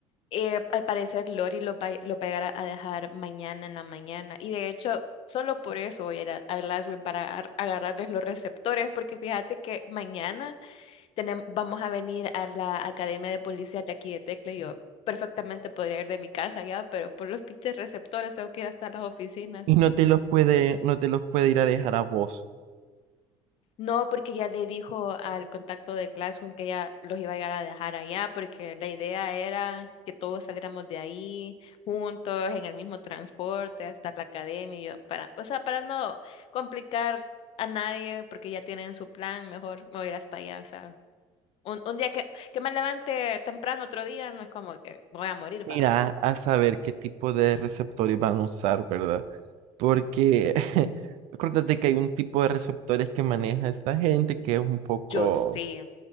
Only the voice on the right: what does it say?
Y no te los puede, no te los puede ir a dejar a vos.
Mira,
a saber qué tipo de receptores van a usar, ¿verdad? Porque <laughs> acuérdate que hay un tipo de receptores que maneja esta gente que es un poco